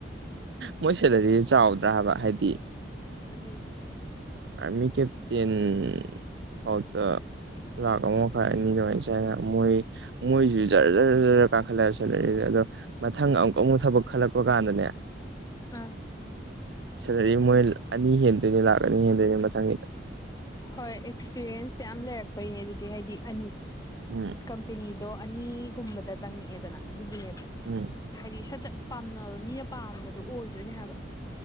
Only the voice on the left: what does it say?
ꯑꯗ
ꯑꯥ
ꯍꯣꯏ ꯑꯦꯛꯁꯄꯤꯔꯤꯌꯦꯟꯁ ꯃꯌꯥꯝ ꯂꯩꯔꯛꯄꯩꯅꯦ ꯑꯗꯨꯗꯤ ꯍꯥꯏꯗꯤ ꯑꯅꯤ
ꯀꯝꯄꯦꯅꯤꯗꯣ ꯑꯅꯤꯒꯨꯝꯕꯗ ꯆꯪꯉꯛꯑꯦꯗꯅ ꯑꯗꯨꯒꯤꯅꯦꯕ
ꯍꯥꯏꯗꯤ ꯁꯠ ꯁꯠ ꯄꯥꯝꯅꯕ ꯃꯤꯅ ꯄꯥꯝꯕꯗꯣ ꯑꯣꯏꯗꯣꯏꯅꯦ ꯍꯥꯏꯕ